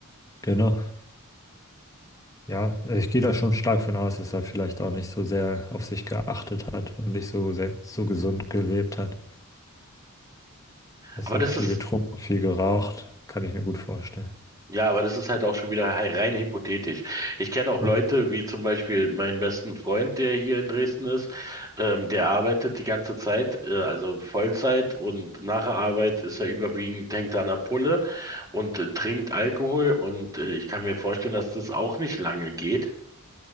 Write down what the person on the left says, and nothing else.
Genau. Ja, also ich gehe da schon stark von aus, dass er vielleicht auch nicht so sehr auf sich geachtet hat und nicht so sehr, so gesund gelebt hat. Dass
er
viel
getrunken, viel geraucht, kann ich mir gut vorstellen.
Ja,